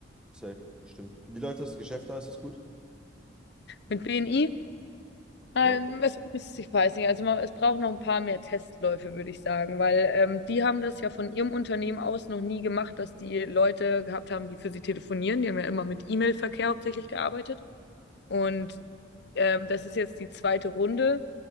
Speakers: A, in the centre; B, on the left.
A: safe, bestimmt. Wie läuft das Geschäft da? Ist das gut?
B: Mit BNI Ähm,
A: Ja,
B: es, es, ich weiß nicht, also man, es braucht noch ein paar mehr Testläufe, würde ich sagen, weil ähm, die haben das ja von ihrem Unternehmen aus noch nie gemacht, dass die Leute gehabt haben, die für sie telefonieren. Die haben ja immer mit E-Mail-Verkehr hauptsächlich gearbeitet. Und ähm, das ist jetzt die zweite Runde,